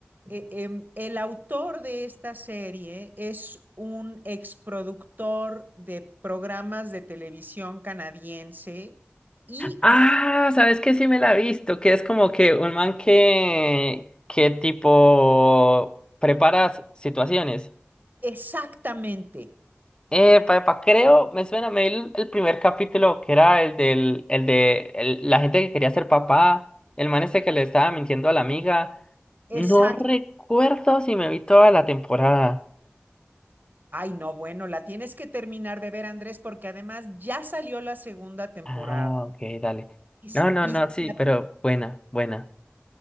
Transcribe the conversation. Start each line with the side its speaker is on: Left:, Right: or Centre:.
Right: eh, eh, el autor de esta serie es un exproductor de programas de televisión canadiense y
Left: Ah,
Right: es-
Left: ¿sabes qué? Sí me la he visto, que es como que un man que, que tipo prepara s- situaciones.
Right: exactamente.
Left: Eh, papá, creo, me suena, me vi el, el primer capítulo que era el del, el de el- la gente que quería ser papá, el man este que le estaba mintiendo a la amiga.
Right: Exacto.
Left: No recuerdo si me vi toda la temporada.
Right: Ay, no, bueno, la tienes que terminar de ver, Andrés, porque además ya salió la segunda temporada.
Left: Ah, ok, dale.
Right: Y, s-
Left: No, no,
Right: y
Left: no, sí,
Right: la-
Left: pero buena, buena.